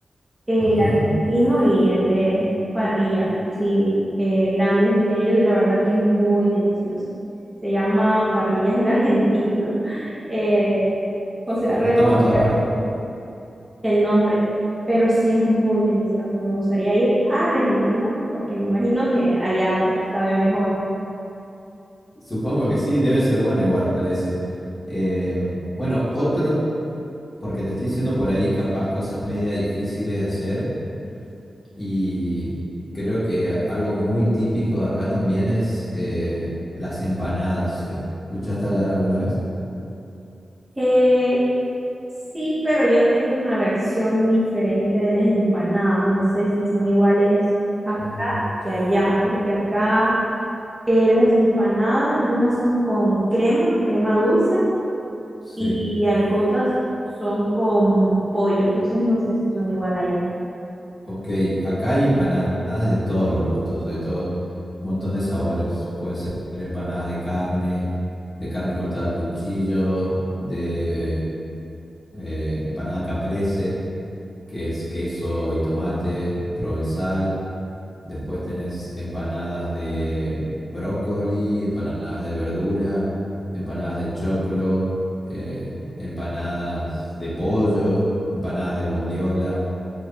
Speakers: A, on the right; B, on the left.
A: eh,
B: Ajá.
A: argentino y es de parrillas así eh, grandes y he ido y la verdad que es muy delicioso. Se llama Parrillas del Argentino. <laughs> Eh, o sea, reo
B: Estamos en todas partes.
A: el nombre, pero sí es muy delicioso. Me gustaría ir a Argentina porque me imagino que allá pues sabe mejor.
B: Supongo que sí, debe ser bueno igual ese. Eh, bueno, otro, porque te estoy diciendo por ahí capaz cosas media difíciles de hacer. Y creo que a- algo muy típico de acá también es eh, las empanadas. ¿Escuchaste hablar alguna vez?
A: Eh, sí, pero yo tengo una versión diferente de las empanadas. No sé si son iguales acá
B: Ah,
A: que allá, porque acá eh, las empanadas, algunas son con crema, crema dulce,
B: sí.
A: y, y algunas son con pollo. Entonces no sé si son igual allá.
B: Ok, acá hay empanadas de todos los gustos, de todo, un montón de sabores. Pueden ser empanadas de carne, de carne cortada a cuchillo, de eh, empanada caprese, que es queso y tomate y provenzal. Después tenés empanadas de brócoli, empanadas de verdura, empanadas de choclo, eh, empanadas de pollo, empanadas de bondiola.